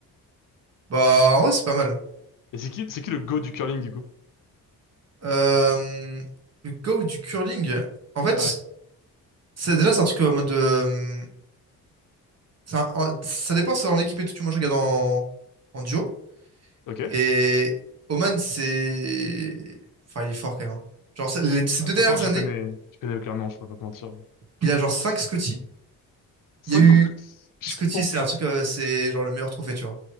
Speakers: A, on the right; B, on the left.
A: Bah, en vrai, c'est pas mal.
B: Et c'est qui, c'est qui le go du curling, du coup?
A: Euh, le go du curling, en fait,
B: Ouais,
A: c'est déjà, c'est un truc en mode. euh, c'est un- en- ça dépend, c'est en équipe et tout. tu vois, Moi, je regarde en, en duo.
B: ok. De
A: Et Oman, c'est. Enfin, il est fort quand même. hein. Genre, ça- les- ces deux
B: toute
A: dernières
B: façon, je
A: années,
B: connais, je connais aucun nom, je peux pas te mentir.
A: il a genre 5 Scotty.
B: Cinq
A: Il y a eu.
B: quoi? <laughs> Je
A: Scotty,
B: comprends
A: c'est un truc,
B: pas.
A: euh, c'est genre le meilleur trophée, tu vois.